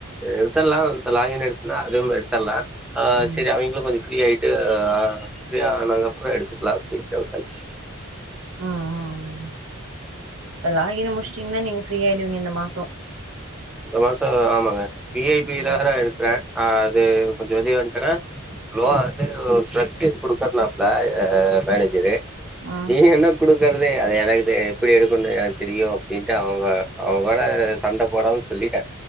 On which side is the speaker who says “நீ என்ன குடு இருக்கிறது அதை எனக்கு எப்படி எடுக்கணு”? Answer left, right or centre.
Centre